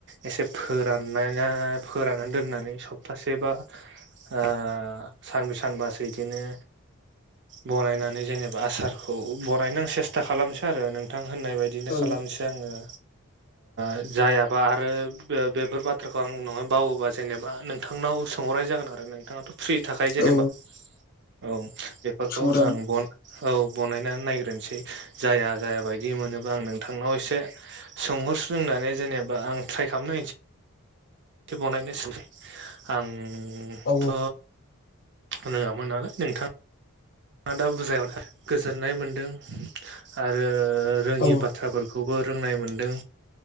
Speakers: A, on the right (about 50°); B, on the left (about 40°).
A: एसे फोराननायना फोराननानै दोननानै सप्तासे बा ओ सानब्रै सानबासो बिदिनो बनायनानै जेने बा आसारखौ बनायनो आं सेस्था खालामसै आरो नोंथां होननाय बायदिनो
B: औ
A: खालामसै।
B: औ
A: दा‌ आङो ओ जायाबा आरो बेफोर बाथ्राखौ आं उनावहाय बावोबा जेनेबा नोंथांनाव सोंहरनाय जागोन आरो। नोंथाङाथ' फ्रि थाखायो जेनेबा।
B: औ
A: औ बेफोरखौ
B: सोंहरजागोन
A: आं बन औ बानायनानै नायग्रोसै जाया जाया बायदि मोनोबा आं नों थांनाव एसे सोंहरस्रोनानै जेनेबा आं ट्राइ खालामनायनोसै। बनायनोसै आंथ'
B: औ
A: रोङामोन नालाय नोंथाङा थांआ दा बुरजायाव गोजोननाय मोनदों आरो रोङि
B: औ
A: बाथ्राफोर खौबो रोंनाय मोनदों।